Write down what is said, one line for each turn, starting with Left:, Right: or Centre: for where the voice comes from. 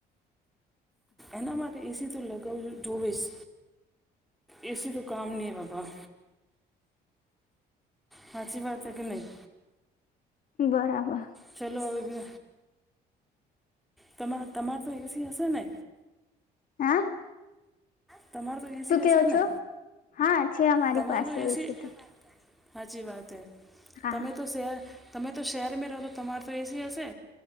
Centre: એના માટે એસી તો લગાવી જોવીશ. એસી તો કામ ની બાબા. હાચી વાત કે નહીં?
Left: બરાબર.
Centre: ચલો હવે, તમા તમાર તો એસી હશે ને?
Left: હા.
Centre: તમારે. તો એસી
Left: તું કેવો
Centre: હશે
Left: છો?
Centre: ને
Left: હા છે, અમારી
Centre: તમારે
Left: પાસે
Centre: તો એસી
Left: એ છે તો.
Centre: સાચી વાત હ,
Left: હા
Centre: તમે તો શહેર તમે તો શહેરમાં રહો તો તમારુ તો એસી હશે.